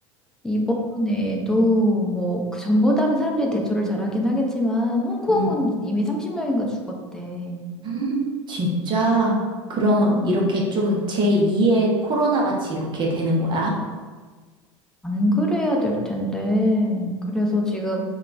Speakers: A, in the centre; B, on the right (about 30°).
A: 이번에도 뭐 그 전보다는 사람들이 대처를 잘하긴 하겠지만 홍콩은
B: 음,
A: 이미 30명인가 죽었대.
B: <gasps> 진짜? 그러면
A: 음,
B: 이렇게 좀 제2의 코로나 같이 이렇게 되는 거야?
A: 안 그래야 될 텐데. 그래서 지금